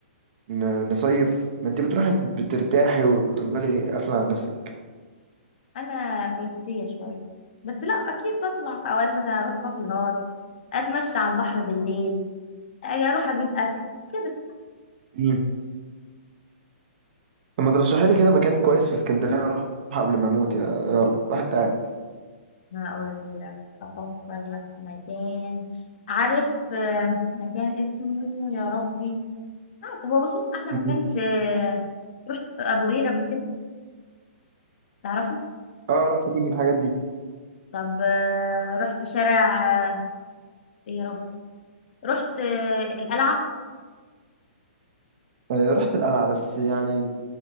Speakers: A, on the right; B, on the left.
A: ن- نصيف ما انت بتروحي بترتاحي وتفضلي قافله على نفسك
B: انا بيتوتيه شويه بس لا اكيد بطلع في اوقات مثلا اروح كافيهات اتمشى على البحر بالليل اجي اروح اجيب اكل كده
A: مم. طب ما ترشحي لي كده مكان كويس في اسكندريه اروح قبل ما اموت يا يارا واحد تعب
B: هقول لك افكر لك في مكان عارف آه، مكان اسمه يا ربي آه، هو بص بص احلى
A: مم.
B: مكان في رحت ابو قير قبل كده تعرفه
A: اه رحت كل الحاجات دي
B: طب آه، رحت شارع آه، إيه يا رب رحت آه، القلعه
A: آه، رحت القلعة بس يعني